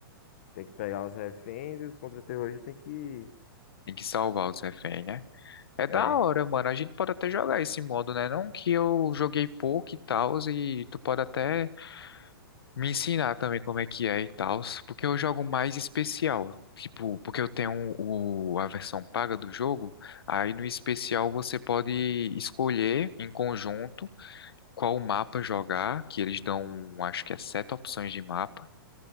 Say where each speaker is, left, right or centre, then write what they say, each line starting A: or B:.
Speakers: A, on the left; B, on the left.
A: tem que pegar os reféns e os contra-terroristas tem que
B: tem que salvar os reféns, né? É da
A: é,
B: hora, mano. A gente pode até jogar esse modo, né? Não que eu joguei pouco e tal, e tu pode até me ensinar também como é que é e tal. Porque eu jogo mais especial. Tipo, porque eu tenho o, a versão paga do jogo, aí no especial você pode escolher em conjunto. qual mapa jogar, que eles dão, acho que é sete opções de mapa,